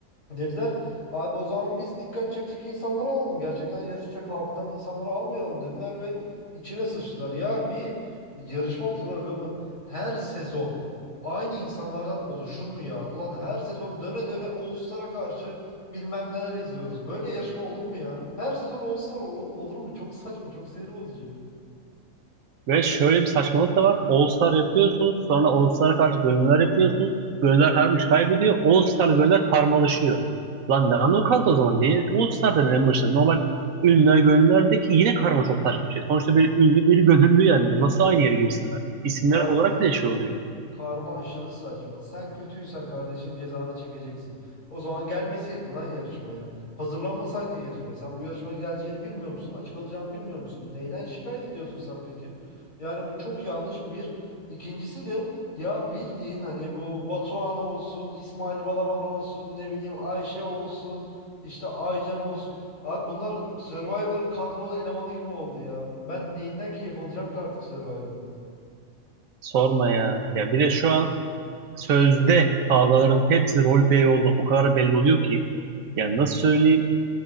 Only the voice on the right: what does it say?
Ve şöyle bir saçmalık da var. All Star yapıyorsunuz. Sonra All Star'a karşı gönüllüler yapıyorsunuz. Gönüllüler her maç kaybediyor. All Star'la gönüllüler karmalaşıyor. Lan ne anlamı kaldı o zaman? Niye All Star dedin en başında? Normal ünlüler gönüllülerdeki yine karma çok saçma bir şey. Sonuçta bir ünlü bir gönüllü yani. Nasıl aynı yere girsinler? İsimler
olarak bile şey oluyor.
Sorma ya. Ya bir de şu an sözde kavgaların hepsi roleplay oldu. O kadar belli oluyor ki. Yani nasıl söyleyeyim?